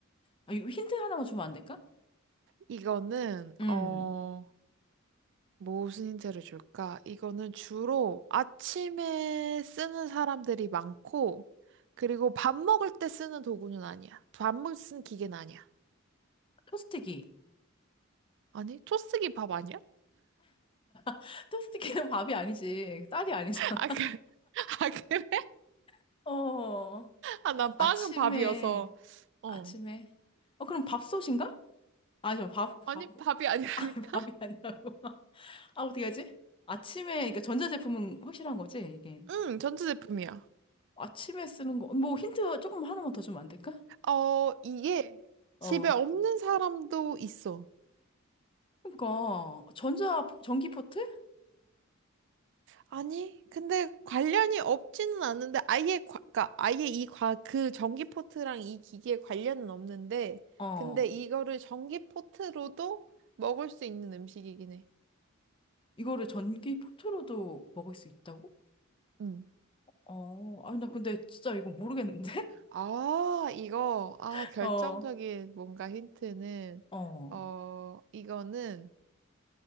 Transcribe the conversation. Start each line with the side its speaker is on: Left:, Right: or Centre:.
Left: 아, 이거 힌트 하나만 주면 안 될까?
Right: 이거는,
Left: 음.
Right: 어, 무슨 힌트를 줄까? 이거는 주로 아침에 쓰는 사람들이 많고, 그리고 밥 먹을 때 쓰는 도구는 아니야. 밥 먹을 때 쓰는 기계는 아니야.
Left: 토스트기.
Right: 아니, 토스기 밥 아니야?
Left: <laughs> 토스트기는 밥이 아니지. 쌀이 아니잖아.
Right: <laughs> 아, 그, 아, 그래?
Left: <laughs> 어.
Right: 아, 난
Left: 아침에
Right: 빵은 밥이어서. 어.
Left: 아침에 어 그럼 밥솥인가? 아니죠. 밥,
Right: 아니,
Left: 밥,
Right: 밥이
Left: <laughs>
Right: 아니라니까?
Left: 아니, 밥이
Right: <laughs>
Left: 아니라고. <laughs> 아, 어떻게 하지? 아침에, 그러니까 전자제품은 확실한 거지, 이게.
Right: 응, 전자제품이야.
Left: 아침에 쓰는 거, 뭐 힌트 조금 하나만 더 주면 안 될까?
Right: 어, 이게
Left: 어.
Right: 집에 없는 사람도 있어.
Left: 그러니까, 전자, 전기 포트?
Right: 아니, 근데 관련이 없지는 않은데 아예 과, 그러니까 아예 이 과, 그 전기 포트랑 이 기기에 관련은 없는데
Left: 어.
Right: 근데 이거를 전기 포트로도 먹을 수 있는 음식이긴 해.
Left: 이거를 전기 포트로도 먹을 수 있다고?
Right: 음.
Left: 어. 아, 나 근데 진짜 이거 모르겠는데?
Right: 아, 이거 아,
Left: <laughs>
Right: 결정적인
Left: 어.
Right: 뭔가 힌트는
Left: 어.
Right: 어, 이거는